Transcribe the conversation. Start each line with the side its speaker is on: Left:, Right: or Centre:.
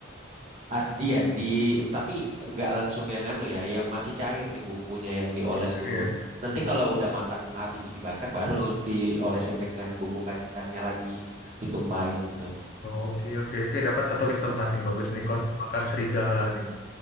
Right: Ad- Iya di tapi nggak langsung yang anu ya, yang masih cair nih bumbunya yang dioles
Left: Si-
Right: dulu.
Left: Iya.
Right: Nanti
Left: Hmm.
Right: kalau udah matang habis dibakar baru diolesin dengan bumbu kacangnya lagi ditumpahin gitu.
Left: Oke oke oke dapat satu list tempat nih bagus nih kon bakar serigala nih.